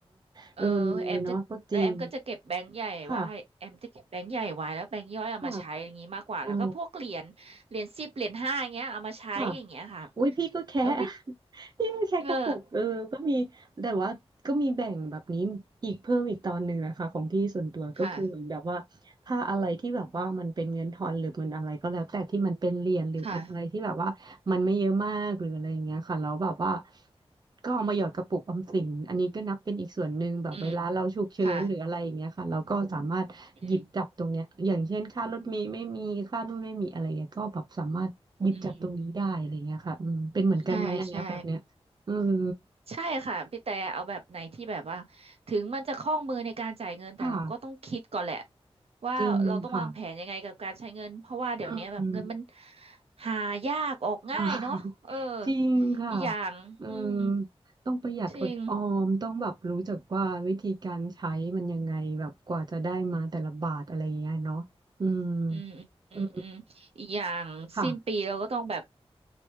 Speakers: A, on the right; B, on the right.
A: เออแอมจะแล้วแอมก็จะเก็บแบงค์ใหญ่ไวาให้แอมจะเก็บแบงค์ใหญ่ไว้แล้วแบงค์ย่อยเอามาใช้อย่างนี้มากกว่าแล้วก็พวกเหรียญเหรียญสิบเหรียญห้าอย่างเงี้ยเอามาใช้อย่างเงี้ยค่ะ
B: เออเนาะก็จริงค่ะค่ะอ๋อค่ะอุ้ยพี่ก็แค่
A: แล้ววิ
B: <laughs> พี่ก็แค่กระปุกเออก็มีแต่ว่าก็มีแบ่งแบบนี้อีกเพิ่มอีกตอนหนึ่งนะคะของพี่ส่วนตัวก็คือเหมือนแบบว่า
A: เออค่ะ
B: ถ้าอะไรที่แบบว่ามันเป็นเงินทอนหรือเงินอะไรก็แล้วแต่ที่มันเป็นเหรียญหรือเป็นอะไรที่แบบว่ามันไม่เยอะมากหรืออะไรอย่างเงี้ยค่ะแล้วแบบว่า
A: ค่ะ
B: ก็เอามาหยอดกระปุกออมสินอันนี้ก็นับเป็นอีกส่วนหนึ่งแบบเวลาเราฉุกเฉินหรืออะไรอย่างเงี้ยค่ะเราก็สามารถหยิบจับตรงเนี้ยอย่างเช่นค่ารถเมล์ไม่มีค่านู่นไม่มีอะไรเงี้ยก็แบบสามารถหยิบจับตรงนี้ได้อะไรเงี้ยค่ะอืมเป็นเหมือนกันไหมอันเนี้ยแบบเนี้ยอืม
A: อืมค่ะอืมอืมใช่ใช่ ใช่ค่ะพี่แต่เอาแบบไหนที่แบบว่าถึงมันจะคล่องมือในการจ่ายเงินแต่เราก็ต้องคิดก่อนแหละ
B: ค่ะ
A: ว่าเราต้องวางแผนยังไงกับการใช้เงินเพราะว่าเดี๋ยวนี้แบบเงินมัน
B: จริงค่ะอืม
A: หายากออกง่ายเนาะเออ
B: ใช่ <laughs> จริงค่ะ
A: อีกอย่างอืม
B: เออต้องประหยัดอดออมต้องแบบรู้จักว่าวิธีการใช้มันยังไงแบบกว่าจะได้มาแต่ละบาทอะไรอย่างเงี้ยเนาะอืม
A: จริงอืมอืมอืมอืมอีกอย่างสิ้นปีเราก็ต้องแบบ
B: เออค่ะ